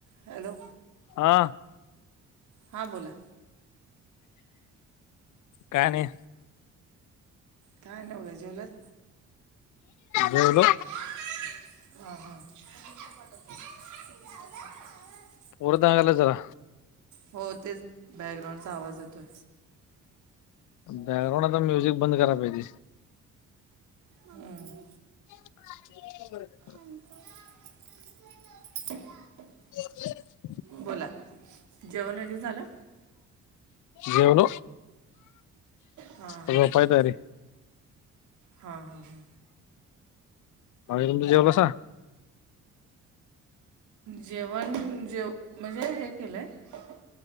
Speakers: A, on the right (about 75°); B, on the left (about 80°).
A: Hello
B: हा
A: हा बोला
B: काणी
A: काय नाहीवघ झवलत
B: बलो
A: अ ह
B: वरदगला जरा
A: हो तेच बॅकग्राऊंडचा आवाज येतोय
B: बॅकग्राउंड आता म्युझिक बंद कराय पाहिजे
A: हम्म
B: <unintelligible>
A: <unintelligible>
B: हो
A: बोला जेवण वगैरे झालं
B: जेवन
A: हां हां
B: रपय तरी
A: हां हां हां
B: माग तुम जवलासा
A: जेवण जेव म्हणजे हे केलं आहे